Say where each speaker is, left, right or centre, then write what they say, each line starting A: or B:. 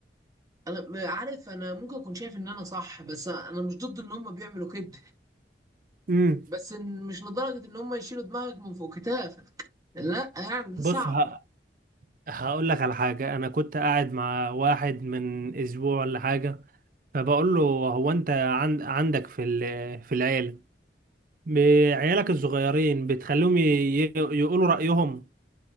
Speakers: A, on the right; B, on the right.
A: انا عارف انا ممكن اكون شايف ان انا صح بس انا مش ضد ان هم بيعملوا كده
B: امم
A: بس إن- مش لدرجة ان هم يشيلوا دماغك من فوق كتافك لا يعني دي
B: بص
A: صعب
B: ه- هقول لك على حاجه انا كنت قاعد مع واحد من اسبوع ولا حاجه فبقول له هو انت عند عندك في ال- في العيله بعيالك الصغيرين بتخليهم ي- ي- يقولوا رأيهم